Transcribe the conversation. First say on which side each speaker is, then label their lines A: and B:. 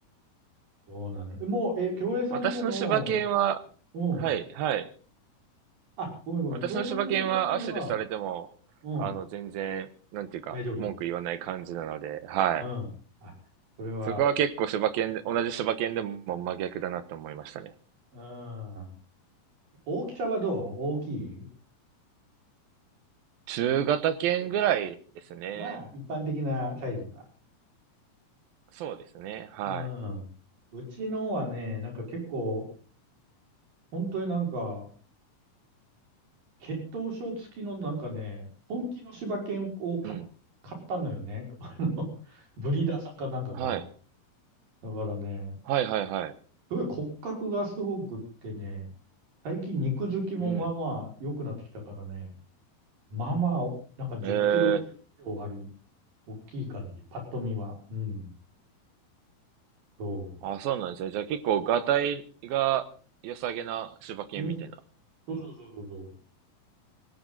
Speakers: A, on the right (about 70°); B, on the right (about 85°).
A: う、そうなのよ。えもう、え、京平さんとこの、
B: 私の柴犬は、
A: うん。
B: はい、はい。
A: あ、ごめんごめん。
B: 私の柴犬は足でされても、
A: 京平さんの柴犬は、うん、
B: あの、全然、なんていうか、
A: 大丈夫。
B: 文句言わない感じなので、はい。
A: うん。あ、それは、
B: そこは結構柴犬で、同じ柴犬でも真逆だなって思いましたね。
A: うん。大きさはどう大きい
B: 中型犬ぐらいですね。
A: まあ、一般的なサイズか。
B: そうですね、は
A: うん。うちのはね、なんか結構、本当になんか、血統書付きのなんかね、本気の柴犬を買っ買ったのよね。
B: い。うん。
A: <laughs> あの、ブリーダーさんかなんかから。
B: はい。
A: だからね、
B: はいはいはい。
A: すごい骨格がすごくってね、最近肉付きもまあまあ良くなってきたからね、
B: うん。
A: まあまあ、なんか10キロ以上ある、
B: ええ
A: 大きい感じ、パッと見は。うん。そ
B: あ、そうなんですね。じゃあ結構、がたいが良さげな柴犬みたいな。
A: う。うん。そうそうそうそうそう。